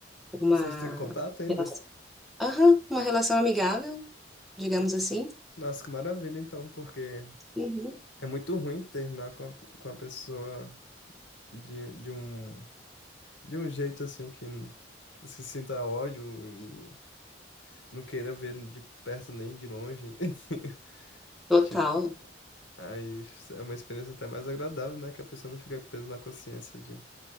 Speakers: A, in the centre; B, on the left.
A: uma,
B: vocês têm contato ainda?
A: relação, Aham, uma relação amigável, digamos assim.
B: Nossa, que maravilha, então, porque
A: Uhum.
B: é muito ruim terminar com a, com a pessoa de, de um de um jeito assim que n- se sinta ódio e não queira ver de perto nem de longe. <laughs>
A: Total,
B: Tipo, aí é uma experiência até mais agradável, né? Que a pessoa não fica com peso na consciência de